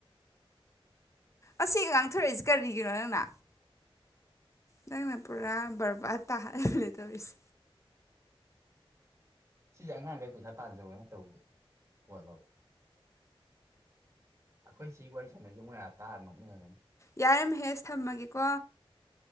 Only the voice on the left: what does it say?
ꯑꯁꯤꯒ ꯉꯥꯡꯊꯣꯔꯛꯏꯁꯤ ꯀꯔꯤꯒꯤꯅꯣ ꯅꯪꯅ꯫ ꯅꯪꯅ ꯄꯨꯔꯥ ꯕꯔꯕꯥꯠ ꯇꯥꯍꯜꯂꯦ꯫ ꯇꯧꯔꯤꯁꯦ
ꯌꯥꯔꯦ ꯃꯍꯦꯁ ꯊꯝꯃꯒꯦꯀꯣ꯫